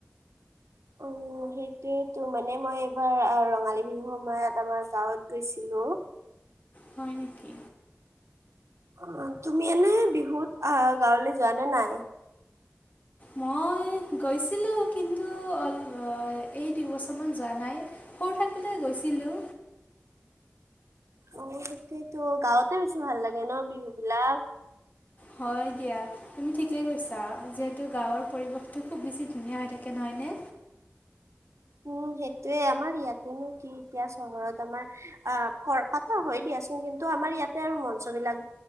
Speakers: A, on the right; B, on the left.
A: ও' সেইটোয়েতো মানে মই এইবাৰ ৰঙালী বিহু সময়ত আমাৰ গাঁৱত গৈছিলো।
B: হয় নেকি?
A: অ, তুমি এনে বিহুত আহ গাওঁলৈ যোৱা নে নাই?
B: মই গৈছিলোঁ কিন্তু <unintelligible> এই দুবছৰমান যোৱা নাই। সৰু থাকোতে গৈছিলোঁ।
A: অ, সেইটোৱেটো গাওঁতেই বেছি ভাল লাগে ন বিহু বিলাক?
B: হয় দিয়া। তুমি ঠিকেই কৈছা। যিহেতু গাওঁৰ পৰিৱেশটো খুব বেছি ধুনীয়া হৈ থাকে নহয়নে?
A: উম, সেইটোয়ে আমাৰ ইয়াতেনো কি এতিয়া চহৰত আমাৰ আহ <unintelligible> পাতা হয় দিয়াচোন। কিন্তু আমাৰ ইয়াতে আৰু মঞ্চ বিলাক